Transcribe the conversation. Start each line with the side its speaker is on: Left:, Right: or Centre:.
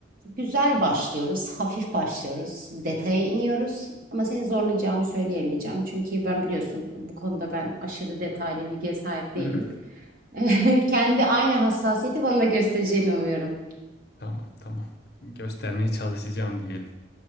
Right: güzel başlıyoruz, <laughs> hafif başlıyoruz, detaya iniyoruz. Ama seni zorlayacağımı söyleyemeyeceğim. Çünkü ben biliyorsun bu konuda ben aşırı detaylı bilgiye sahip değilim.
Left: <laughs>
Right: <laughs> Kendi aynı hassasiyeti bana da göstereceğini umuyorum.
Left: Tamam tamam. Göstermeye çalışacağım diyelim.